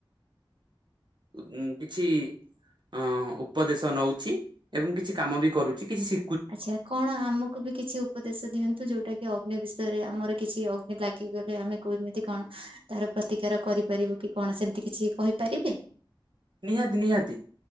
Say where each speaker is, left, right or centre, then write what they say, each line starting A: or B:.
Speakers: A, on the right; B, on the right.
A: ଉଁ କିଛି ଅଁ ଉପଦେଶ ନଉଛି ଏବଂ କିଛି କାମ ବି କରୁଛି କିଛି ଶି
B: ଆଚ୍ଛା। କଣ ଆମକୁ ବି କିଛି ଉପଦେଶ ଦିଅନ୍ତୁ ଯୋଉଟା କି ଅଗ୍ନି ବିଷୟରେ ଆମର କିଛି ଅଗ୍ନି ଲାଗିଗଲେ ଆମେ କୁ ଏମିତି କଣ ତାର ପ୍ରତିକାର କରିପାରିବୁ କି କଣ ସେମିତି କିଛି କହିପାରିବେ?
A: ନିହାତି ନିହାତି।